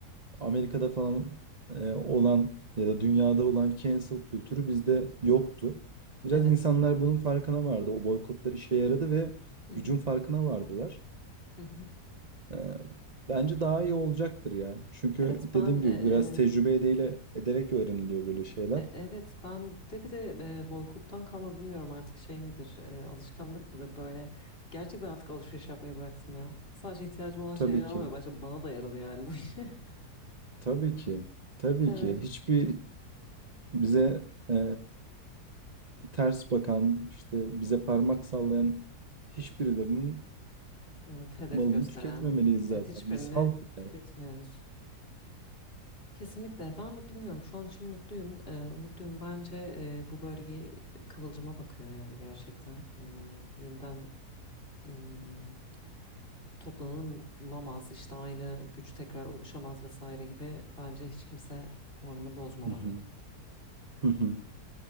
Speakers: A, on the right; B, on the left.
A: Amerika'da falan e, olan ya da dünyada olan cancel kültürü bizde yoktu. Biraz
B: Evet.
A: insanlar bunun farkına vardı. O boykotlar işe yaradı ve
B: Hı hı,
A: gücün farkına vardılar.
B: hı hı.
A: E, bence daha iyi olacaktır ya. Çünkü
B: Evet ben
A: dediğim
B: eee,
A: gibi biraz tecrübe edeyle, ederek öğreniliyor böyle şeyler.
B: e- e, evet ben de bir de eee, boykottan kalma bilmiyorum artık şey midir eee, alışkanlık mıdır böyle gerçekten artık alışveriş yapmayı bıraktım ya. Sadece ihtiyacım olan şeyleri
A: Tabii
B: almaya
A: ki,
B: başladım bana da yaradı yani bu iş. <laughs>
A: tabii ki, tabii
B: Evet.
A: ki. Hiçbir bize e, ters bakan, işte bize parmak sallayan hiçbirilerinin
B: Evet, hedef
A: malını
B: gösteren.
A: tüketmemeliyiz zaten.
B: Evet, hiçbirini
A: Biz halkız
B: tüketmiyoruz.
A: yani.
B: Kesinlikle. Ben bilmiyorum. Şu an için mutluyum. Ee, umutluyum. Bence e, bu böyle bir kıvılcıma bakıyor yani gerçekten. Ee, yeniden hmm, toplanılamaz, işte aynı güç tekrar oluşamaz vesaire gibi. Bence hiç kimse moralini bozmamalı.
A: Hı hı. Hı hı.